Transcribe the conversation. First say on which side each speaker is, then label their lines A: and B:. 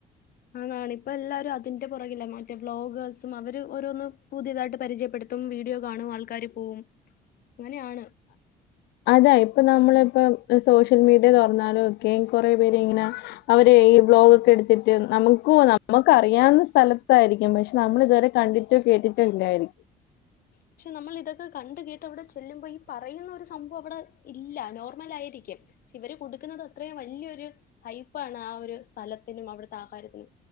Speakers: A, on the left (about 60°); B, on the left (about 80°).
A: ആ കാണ ഇപ്പ എല്ലാരും അതിന്റെ പുറകില്ല മറ്റേ വ്ളോഗേഴ്സും അവര് ഓരോന്ന്ും പുതിയതായിട്ട് പരിചയപ്പെടുത്തും വീഡിയോ കാണും ആൾക്കാാര് പോവും അങ്ങനെയാണ്
B: അതാ ഇപ്പൊ നമ്മളിപ്പൊ സോഷ്യൽ മീഡിയ തു പററഞ്ഞാലും ഒക്കെ കുറേ പേര് ഇങ്ങനെ അവര് ഈ ബ്ളോഗ ഒക്കെ എടുത്തിട്ട് നമുക്ക നമുക്ക് അറിയാവുന്ന സ്ഥലത്തായിരിക്കും പക്ഷെ നമ്മൾ ഇതുവരെ കണ്ടിട്ടോ കേട്ടിട്ടോ ഇല്ലായിരിക്കും
A: പക്ഷെ നമ്മൾ ഇതൊക്കെ കണ്ട കേട്ട് അവിടെ ചെല്ലുമ്പോ ഈ പറയുന്ന ഒരു സംഭവം അവിടെ ഇല്ല നോർമൽ ആയിരിക്കും ഇവര് കൊടുക്കുന്നത് അത്രയും വലിയൊരു ഹൈപ്പാണ് ആ ഒരു സ്ഥലത്തിനും അവിടുത്തെ ആഹാരത്തിനും